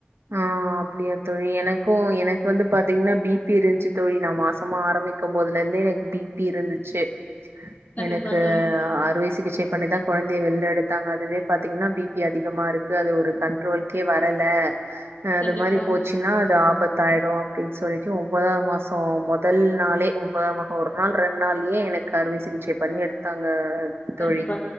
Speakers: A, on the right; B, on the left.
A: ஆ அப்டியா தோழி எனக்கு எனக் வந்து பாத்தீங்கன்னா பீப்பி இருஞ்சு தோழி நா மாசமா ஆரம்பிக்கும் போதுல இருந்தே எனக்கு பீப்பி இருந்துச்சு
B: கண்டிப்பா
A: எனக்கு
B: தோழி
A: ஆறு வயிசு சிகிச்சை பண்ணிதா கொழந்தைய வெள்ல எடுத்தாங்க அதுவே பாத்தீங்கன்னா பீப்பி அதிகமா இருக்கு அது ஒரு கண்ட்ரோல்கே வரல அது
B: கண்டிப்பா
A: மாரி போச்சுன்னா அது ஆப் ஆபத்தாயிடு அப்டின் சொல்ட்டு ஒம்பதா மாசோ மொதல் நாளே ஒம்பதா மாசோ ஒரு நாள் ரெண் நாள்யே எனக்கு அறுவை சிகிச்சை பண்ணி எடுத்தாங்க
B: கண்டிப்பா
A: தோழி